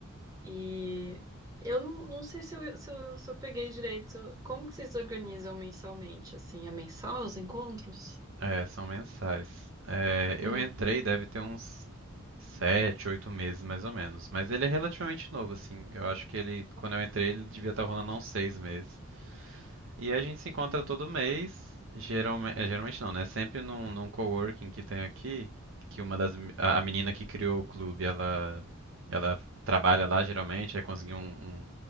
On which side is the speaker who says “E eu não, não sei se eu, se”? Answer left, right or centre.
Right